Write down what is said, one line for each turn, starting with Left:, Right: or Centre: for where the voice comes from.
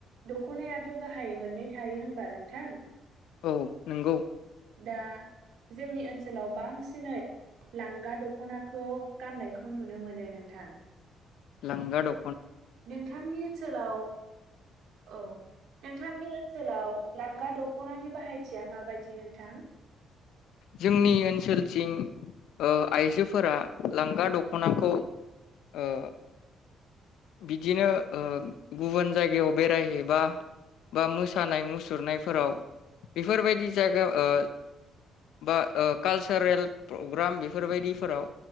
Right: दख'नायाथ' गाहाय मोननै थायो होनबा नोंथां
Left: औ नंगौ
Right: दा जोंनि ओनसो सोलाव बांसिनै लांगा दख'ना खौ गाननायखौ नुनो मोनो नोंथां
Left: लांगा द
Right: नोंथांनि ओनसोलाव औ नोंथांनि ओनसोलाव लांगा दख'नानि बाहायथिया माबायदि नोंथां।
Left: जोंनि ओनसोलथिं ओ आइजोफोरा लांगा दख'नाखौ ओ बिदिनो ओ गुबुन जायगायाव बेरायहैबा बा मोसानाय मुसुरनायफोराव बेफोरबायदि जायगायाव ओ बा ओ कालसारेल प्रग्राम बेफोरबायदिफोराव